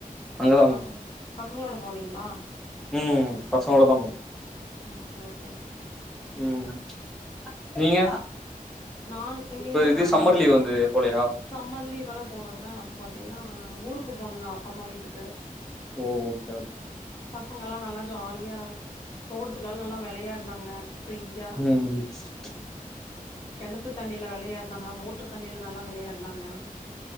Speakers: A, in the centre; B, on the left.
A: அங்கதா போனோ
B: பசங் பசங்களோட போனீங்ளா
A: ம் பசங்களுதா போன
B: ஓகே ஓகே
A: ம் நீங்க
B: நா எங்கெங்க
A: இப்ப இது
B: நாங்கலா
A: சம்மர் லீவ் வந்து போலையா
B: சம்மர் லீவல போனோங்க அப்ப பாத்தீங்ன்னா ஊருக்கு போனுங்க அப்பம்மா வீட்டுக்கு
A: ஓ ஓகே
B: பசங்கலா நல்லா ஜாலியா தோட்டத்துல நல்லா வெளையாட்னாங்க ஃப்ரீயா
A: ம்
B: கெணத்து தண்ணில வெளையாடுனாங்க மோட்ரு தண்ணில நல்லா வெளையாடுனாங்க